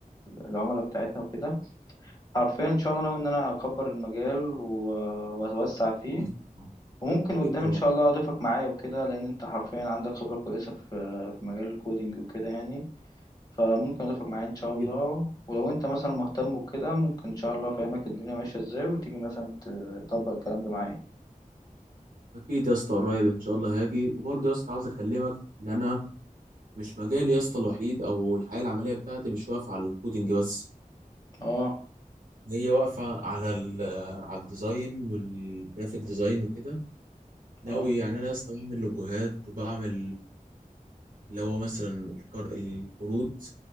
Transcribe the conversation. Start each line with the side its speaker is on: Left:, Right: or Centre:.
Left: العملاء بتاعتنا وكده حرفيا ان شاء الله ناوي ان انا اكبر المجال و- واتوسع فيه
Right: أكيد طبعا
Left: وممكن
Right: أكيد
Left: قدام
Right: طبعا.
Left: ان شاء الله اضيفك معايا وكده لان انت حرفيا عندك خبرة كويسة في في مجال الكودينج وكده يعني فممكن اضيفك معايا ان شاء الله
Right: أكيد
Left: ولو انت مثلا مهتم وكده ممكن ان شاء الله افهمك الدنيا ماشية ازاي وتيجي مثلا تطبق الكلام ده معايا
Right: أكيد يا اسطى قريب إن شاء الله هاجي وبرضه يا اسطى عاوز أكلمك إن أنا مش مجالي يا اسطى الوحيد أو الحياة العملية بتاعتي مش واقفة على الكودينج بس
Left: اه
Right: هي واقفة على ال على الديزاين والجرافيك ديزاين وكده ناوي
Left: اه
Right: يعني انا اصلا بعمل لوجوهات وبعمل اللي هو مثلا الكار- القروض